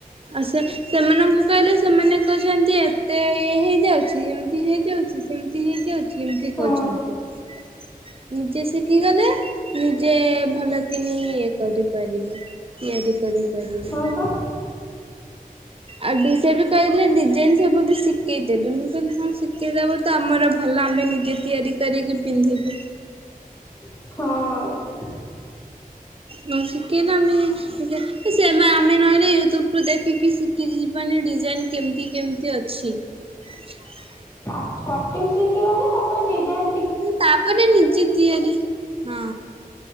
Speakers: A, on the right (about 40°); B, on the left (about 20°).
A: ଆଉ ସେ ସେମାନଙ୍କୁ କହିଲେ ସେମାନେ କହିଛନ୍ତି ଏତେ ଇଏ ହେଇଯାଉଛି। ଏମତି ହେଇଯାଉଛି। ସେମତି ହେଇଯାଉଛି ଏମତି
B: ହଁ
A: କହୁଛନ୍ତି ‌। ନିଜେ ଶିକିଗଲେ ନିଜେ ଭଲ କିିନି ଇଏ କରିପାରିବ। ତିଆରି କରିପାରିବ।
B: ହଁ ପା।
A: ଆଉ ଡିଜାଇନ୍ ବି କହିଲେ ଡିଜାଇନ୍ ସବୁ ବି ଶିକେଇଦେବେ। ମୁଁ କହିଲି ହଁ ଶିକେଇଦବ। ତ ଆମର ଭଲ ଆମେ ନିଜେ ତିଆରି କରିକି ପିନ୍ଧିବୁ।
B: ହଁ।
A: ନ ଶିକେଇଲେ ଆମେ ନିଜ ସେମା ଆମେ ନହେଲେ ୟୁଟ୍ୟୁବ ରୁ ଦେଖିକି ଶିକି ଯିବାନି ଡିଜାଇନ୍ କେମିତି କେମିତି ଅଛି। <inaudible>
B: କଟିଂ ଶିଖି ଗଲେ ତାପରେ ଡିଜାଇନ୍
A: ତାପରେ ନିଜେ ତିଆରି, ହଁ